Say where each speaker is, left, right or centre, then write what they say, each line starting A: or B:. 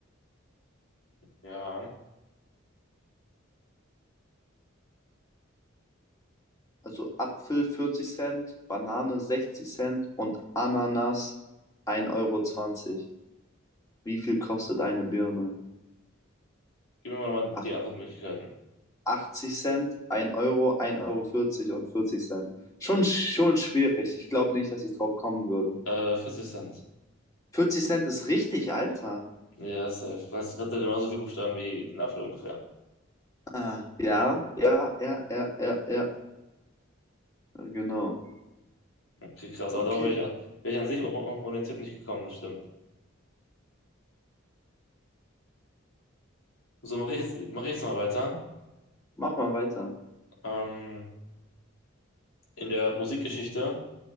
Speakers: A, on the left; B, on the left.
A: Ja,
B: Also Apfel 40 Cent, Banane 60 Cent und Ananas ein Euro. zwanzig. Wie viel kostet eine Birne?
A: gib mir mal nochmal
B: Ach,
A: die Antwortmöglichkeiten.
B: 80 Cent, ein Euro, ein Euro vierzig und 40 Cent. Schon, schon schwierig. Ich glaube nicht, dass ich drauf kommen würde.
A: Äh, 40 Cent.
B: 40 Cent ist richtig, Alter.
A: Ja, safe. Weißt du, hatte genauso viele Buchstaben wie ein Apfel ungefähr.
B: Ah, ja, ja, ja, ja, ja, ja, genau.
A: Okay, krass. Aber
B: Okay.
A: darauf wäre ich, wär ich an sich ohne ohne den Tipp nicht gekommen, das stimmt. So, mache ich jetzt, mach ich jetzt mal weiter.
B: Mach mal weiter.
A: Ähm, in der Musikgeschichte